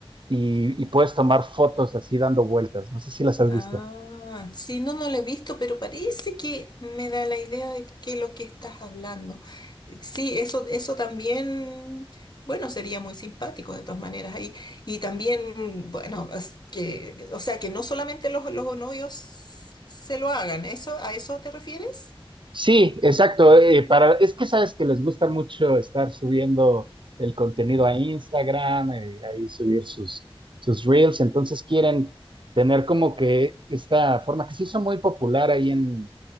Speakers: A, on the right (about 55°); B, on the left (about 45°).
A: y, y puedes tomar fotos así dando vueltas. No sé si las has
B: Ah,
A: visto.
B: sí, no, no lo he visto, pero parece que me da la idea de que lo que estás hablando. Eh, Sí, eso, eso también, bueno, sería muy simpático de todas maneras ahí. Y también, bueno, es que, o sea, que no solamente los, los novios se lo hagan, ¿eso, a eso te refieres?
A: Sí, exacto. eh, para, es que sabes que les gusta mucho estar subiendo el contenido a Instagram, eh, ahí subir sus, sus reels. Entonces quieren tener como que esta forma que se hizo muy popular ahí en,